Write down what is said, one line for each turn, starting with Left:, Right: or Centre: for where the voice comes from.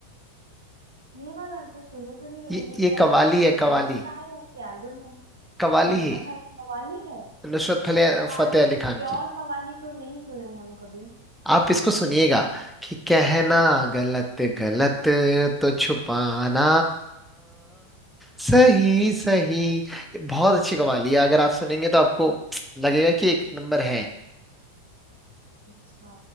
Right: ये वाला तो सुने तो नहीं है
Centre: ये
Right: ये
Centre: ये
Right: क्या
Centre: कवाली है
Right: बॉलीवुड
Centre: कवाली
Right: का है या कोई एल्बम है
Centre: कवाली
Right: या
Centre: है
Right: अच्छा कवाली है
Centre: नुसरत फले-
Right: कवाली
Centre: फतेह
Right: ऐसे
Centre: अली खान
Right: प्योर
Centre: की
Right: कवाली तो नहीं सुने हैं हम कभी
Centre: आप इसको सुनिएगा कि कहना
Right: अच्छा
Centre: गलत गलत तो छुपाना सही सही बहुत अच्छी कवाली है अगर आप सुनेंगे तो आपको लगेगा कि एक नंबर है
Right: अच्छा